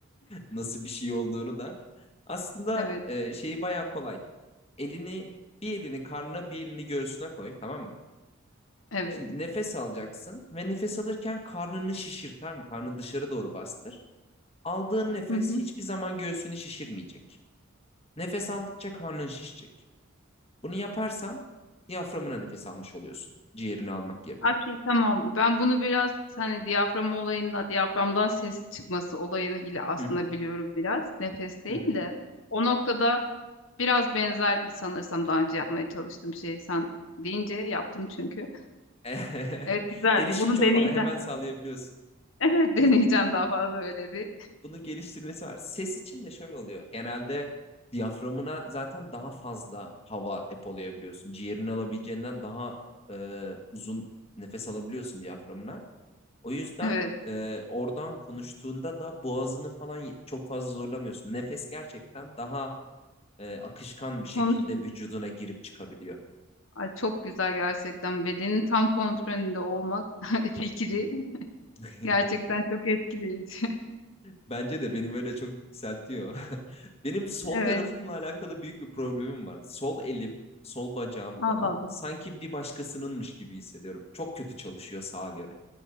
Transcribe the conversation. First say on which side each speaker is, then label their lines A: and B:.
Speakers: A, on the left; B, on the left.
A: Nasıl bir şey olduğunu da. Aslında
B: Evet.
A: e, şeyi bayağı kolay. Elini bir elini karnına bir elini göğsüne koy tamam mı?
B: Evet.
A: Şimdi nefes alacaksın ve nefes alırken karnını şişir tamam mı? Karnını dışarı doğru bastır. Aldığın nefes
B: Hı hı.
A: hiçbir zaman göğsünü şişirmeyecek. Nefes aldıkça karnın şişecek. Bunu yaparsan diyaframına nefes almış oluyorsun. Ciğerini almak yerine.
B: Okey tamam. Ben bunu biraz hani diyafram olayında diyaframdan ses çıkması olayını ile aslında
A: Hı hı,
B: biliyorum biraz. Nefes değil
A: hı hı.
B: de o noktada biraz benzer sanırsam daha önce yapmaya çalıştığım şey sen deyince yaptım çünkü.
A: <laughs>
B: Evet güzel.
A: Erişim
B: Bunu
A: çok
B: deneyeceğim.
A: kolay. Hemen sağlayabiliyorsun.
B: <laughs> Evet
A: Bunu
B: deneyeceğim daha fazla öyle bir.
A: bunu geliştirmesi var. Ses için de şöyle oluyor. Genelde diyaframına zaten daha fazla hava depolayabiliyorsun. Ciğerini alabileceğinden daha e, uzun nefes alabiliyorsun diyaframına. O yüzden
B: Evet.
A: e, oradan konuştuğunda da boğazını falan çok fazla zorlamıyorsun. Nefes gerçekten daha e, akışkan bir
B: Konuş.
A: şekilde vücuduna girip çıkabiliyor.
B: Ay, çok güzel gerçekten. Bedenin tam kontrolünde olmak <laughs> fikri
A: Hı hı. <laughs>
B: gerçekten çok etkileyici.
A: Bence de benim öyle çok yükseltiyor. <laughs> Benim sol
B: <laughs> Evet.
A: tarafımla alakalı büyük bir problemim var. Sol elim, sol bacağım falan
B: Allah Allah.
A: sanki bir başkasınınmış gibi hissediyorum. Çok kötü çalışıyor sağa göre.